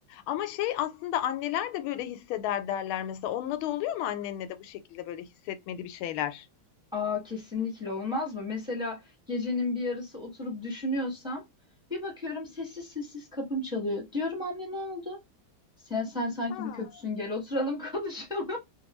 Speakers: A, on the left; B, in the centre.
A: Ama şey aslında anneler de böyle hisseder derler mesela. Onunla da oluyor mu annenle de bu şekilde böyle hissetmeli bir şeyler?
B: Aa kesinlikle olmaz mı? Mesela gecenin bir yarısı oturup düşünüyorsam bir bakıyorum sessiz sessiz kapım çalıyor. Diyorum anne ne oldu? Sen sen sanki
A: Ha.
B: bir kötüsün gel oturalım <laughs> konuşalım.